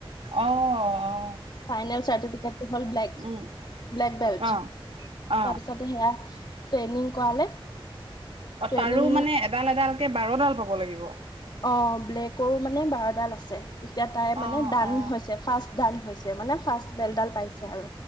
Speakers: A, on the right (about 75°); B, on the left (about 50°).
A: অ অ।
B: ফাইনেল চাৰ্টিকেটটো হ'ল ব্লেক,
A: উম
B: ব্লেক বেল্ট।
A: অ
B: তাৰপিছতে
A: অ
B: সেয়া ট্ৰেইনিং কৰালে।
A: অ
B: ট্ৰেইনিং
A: তাৰো মানে এডাল এডালকে বাৰডাল পাব লাগিব।
B: অ ব্লেকৰো মানে বাৰডাল আছে। এতিয়া তাই মানে
A: অ
B: দান
A: অ
B: হৈছে। ফাৰ্ষ্ট দান হৈছে। মানে ফাৰ্ষ্ট বেল্টডাল পাইছে আৰু।